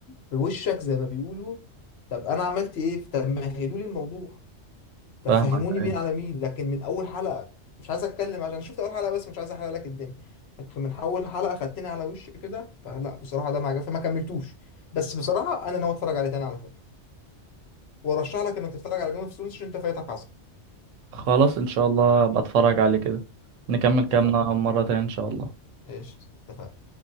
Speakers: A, on the left; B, on the right.
A: في وشك زي ما بيقولوا طب انا عملت ايه طب مهدوا لي الموضوع طب
B: فاهمك
A: فهموني مين
B: أيوة.
A: على مين لكن من اول حلقه مش عايز اتكلم عشان شفت اول حلقه بس مش عايز احرق لك الدنيا لكن من اول حلقه خدتني على وش كده فلا بصراحه ده ما عجبني فما كملتوش بس بصراحه انا ناوي اتفرج عليه تاني على فكره وارشح لك انك تتفرج على جيم اوف ثرونز عشان انت فايتك عصر
B: خلاص ان شاء الله ابقى اتفرج عليه كده نكمل
A: اتفقنا
B: كلامنا مرة تانية ان شاء الله
A: ايش اتفقنا